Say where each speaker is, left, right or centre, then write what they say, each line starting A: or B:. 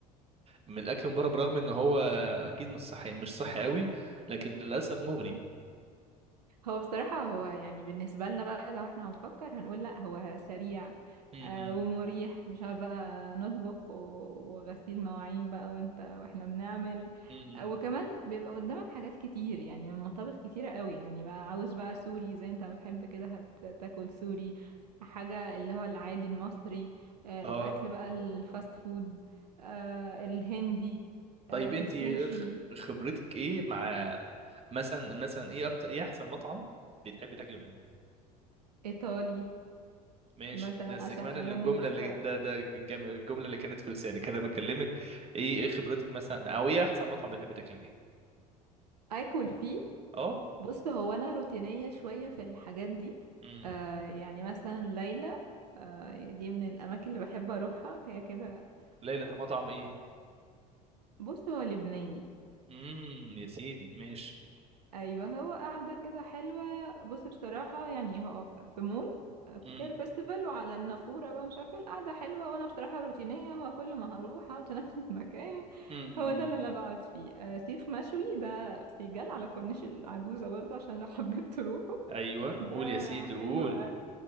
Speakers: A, on the right; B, on the right.
A: من الاكل من بره برغم ان هو اكيد مش صحي مش صحي قوي لكن للاسف مغري
B: صح هو بصراحة هو يعني بالنسبة لنا بقى لو احنا هنفكر هنقول لا هو سريع
A: م-
B: آه
A: م-
B: ومريح مش عارف بقى نطبخ و- وغسيل مواعين بقى وانت واحنا بنعمل
A: م- م.
B: آه، وكمان بيبقى قدامك حاجات كتير يعني من مطابخ كتيرة قوي يعني بقى عاوز بقى سوري زي انت بتحب كده هتاكل سوري حاجة اللي هو العادي المصري آه
A: اه
B: الأكل بقى الفاست فود آه الهندي
A: طيب
B: آه
A: انت
B: السوشي
A: خبرتك ايه مع مثلا مثلا ايه اكتر ايه احسن مطعم بتحبي تاكلي منه
B: إيطالي
A: ماشي
B: مثلا
A: بس
B: عشان
A: كمان
B: أماني
A: اللي- الجمله
B: لسه
A: اللي ده ده الجم- الجمله اللي كانت في لسانك انا بكلمك ايه ايه خبرتك مثلا او ايه احسن مطعم بتحبي تاكلي فيه
B: اكل فيه
A: اه
B: بص هو انا روتينيه شويه في الحاجات دي
A: امم
B: آه يعني مثلا ليلى آه دي من الاماكن اللي بحب اروحها هي كده
A: ليلى
B: آه،
A: ده مطعم ايه
B: بص هو لبناني
A: امم يا سيدي ماشي
B: ايوه هو قاعده كده حلوه بص بصراحه يعني هو ف- في مول آه، في
A: امم
B: كير فيستيفال وعلى النافوره بقى مش عارفه إيه، القعده حلوه وانا بصراحه روتينيه هو كل ما هروح اقعد في <laughs> نفس المكان
A: امم
B: هو ده اللي انا بقعد فيه آه سيخ مشوي ده سيجال على كورنيش العجوزه برضه عشان لو حبيت تروحوا
A: ايوه قول
B: ده
A: يا سيدي قول
B: حلو